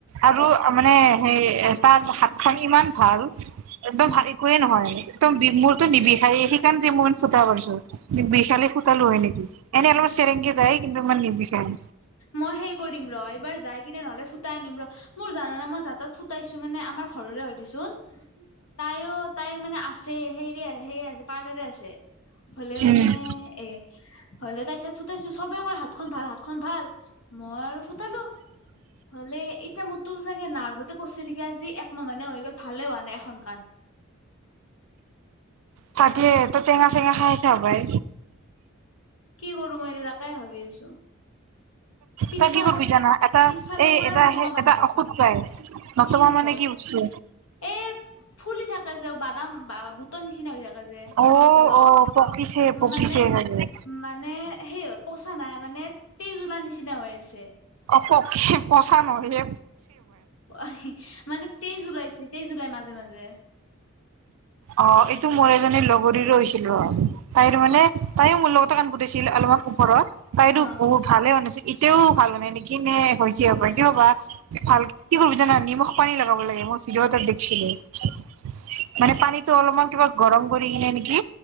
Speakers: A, on the right; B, on the left.
A: আৰু মানে সেই তাৰ হাত খন ইমান ভাল একদম
B: উম
A: একোৱে নহয় একদম বি মোৰটো নিবিষায়ে। মেট খুত কথা কৈছো বিশালে হয় নেকি এনেই অলপ চেৰেংগে যায় কিন্তু ইমান নিবিষায়।
B: মই সেই কৰিম ৰ' এইবাৰ যাই কিনে নহলে ফুটাই আ নিম ৰ মোৰ জানানে মই জাতত ফুটাইছো মানে আমাৰ ঘৰৰে হয় দেচোন। তাইও তাইৰ মানে আ চে হেৰি সে আছে পাৰ্লাৰে আছে। হ'লে
A: উম
B: মানে এ হলে তাই তাত ফুটাইছো চবে কয় হাত খন ভাল হাত খ ভাল মোৰ <unintelligible> হ'লে এতিয়া মোৰ তটো চাগে নাৰ্ভতে পছে নেকি আজি একমাহ মানে হৈ গ'ল ভালে হোৱা নাই এখন কান।
A: চাকে তটো টেঙা চেঙা খাইছে হ'বাই।
B: কি কৰোঁ মই এতিয়া তাকে ভাবি আছোঁ পিছফালে
A: তই কি কৰিবি জানা এটা
B: পিছফালে
A: এই
B: পুৰা
A: এটা
B: লোতুমা বান্ধি
A: এটা
B: আছে
A: ঔষধ পাই নতমা
B: কি ঔষধ
A: মানে বস্তু
B: এই ফুলি থাকে যে বাদাম বা বুটৰ নিচিনা হৈ থাকে যে
A: অ
B: অলপ অলপ
A: অ পকিছে পকিছে
B: মানে
A: চাগে
B: মানে সেই পঁচা নাই মানে তেজ উলা নিচিনা নিচিনা হৈ আছে
A: অ ক পচা নহয় হে
B: অ হি মানে তেজ ওলাইছিল তেজ ওলাই মাজে মাজে জে
A: অ এইটো টো মোৰ এজনী লগৰীৰো হৈছিলো ৰ তাইৰ মানে তাইও মোৰ লগতে কান ফুটাইছিল অলপমান ওপৰত তাই তো
B: অ
A: বহুত ভালে মানে ছি এতিয়াও ভাল হোৱা নাই নেকি নে হৈছে হপায় কিয় বা ভাল কি কৰিবি জানা নিমখ পানী লগাব লাগে মই ভিডিঅ' এটাত দেখছিলো মানে পানীটো অলপমান কিবা গৰম কৰি কিনে নেকি